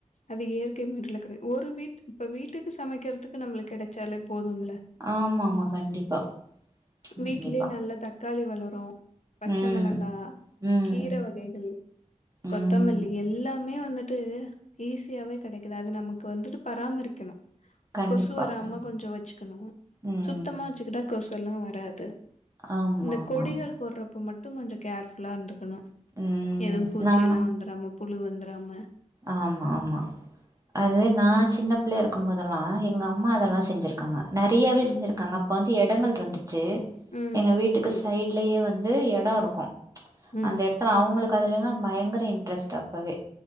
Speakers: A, on the left; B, on the right.
A: அது இயற்கை முறைல கெடை ஒரு வீட்டு இப்ப வீட்டுக்கு சமக்கிறதுக்கு நம்ளுக் கெடச்சாலே போதும்ல
B: ஆமாமா கண்டிப்பா கண்டிப்பா
A: வீட்லே நல்லா தக்காளி வளரு பச்ச
B: ம்
A: மெளகா
B: ம்
A: கீர வகைகள்
B: ம்
A: கொத்தமல்லி எல்லா மே வந்துட்டு ஈஸியாவே கெடைக்குது அது நமக்கு வந்துட்டு பராமரிக்கனு
B: கண்டிப்பா
A: கொசு வராம
B: கண்டிப்பா
A: கொஞ்சோ வச்சுக்கனு
B: ம்
A: சுத்தமா வச்சுக்கிட்டா கொசு எல்லா வராது
B: ஆமா
A: இந்த
B: ஆமா
A: கொடிகள்
B: ஆமா
A: போட்றப்ப மட்டு கொஞ்சொ கேர்ஃபுல்லா இந்துக்கனு
B: ம்
A: எது பூச்சியெல்லா
B: நா
A: வந்துராம புழு வந்துராம
B: ஆமா ஆமா அது நா சின்ன பிள்ளையா இருக்கும்போதெல்லா எங்க அம்மா அதெல்லா செஞ்சிருக்காங்க நெறையாவே
A: ம்
B: செஞ்சுருக்காங்க அப்ப வந்து எடங்கள் இருந்துச்சு
A: ம்
B: எங்க
A: ம்
B: வீட்டுக்கு
A: புரியுது
B: சைடு லயே வந்து எடோ இருக்கோ
A: ம்
B: அந்த எடத்துல அவுங்குளுக்கு அதுலல்லா பயங்கர இன்ட்ரெஸ்ட்டு அப்பவே